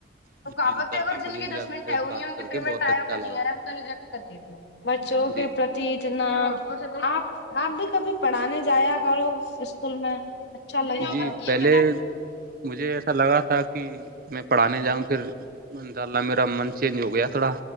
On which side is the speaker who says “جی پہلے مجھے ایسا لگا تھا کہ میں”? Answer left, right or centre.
Right